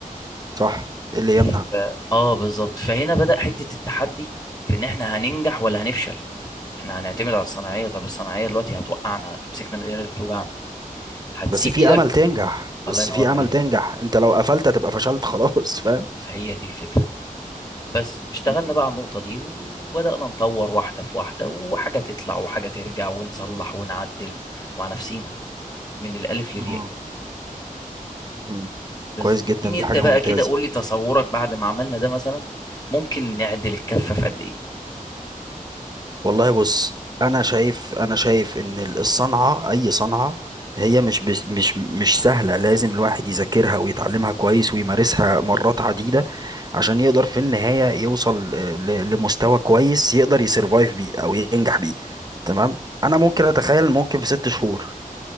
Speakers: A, on the right; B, on the left.
A: صح إيه اللي
B: ف-
A: يمنع
B: اه بالظبط فهنا بدأ حتة التحدي في ان احنا هننجح ولا هنفشل احنا هنعتمد على الصناعية طب الصناعية دلوقتي هتوقعنا هتمسكنا من الايد اللي بتوجعنا هتسيب
A: بس في
B: ايدك
A: امل تنجح بس
B: الله ينور
A: في
B: عليك
A: امل تنجح انت لو قفلت هتبقى فشلت خلاص <laughs> فاهم
B: هي دي الفكرة بس اشتغلنا
A: مم.
B: بقى على النقطة دي وبدأنا نطور واحدة في واحدة وحاجة تطلع وحاجة ترجع ونصلح
A: مم.
B: ونعدل مع نفسينا من الألف للياء
A: مم. مم.
B: بس
A: كويس جدا
B: اديني
A: دي
B: انت
A: حاجة
B: بقى
A: ممتازة
B: كده قول لي تصورك بعد ما عملنا ده مثلا ممكن نعدل الكفة في قد ايه
A: والله بص انا شايف انا شايف ان ال- الصنعه اي صنعه هي مش بس مش مش سهله لازم الواحد يذاكرها ويتعلمها كويس ويمارسها مرات عديده عشان يقدر في النهايه يوصل آه، ل- لمستوى كويس يقدر يسرفايف بيه او ينجح بيه تمام انا ممكن اتخيل ممكن في ست شهور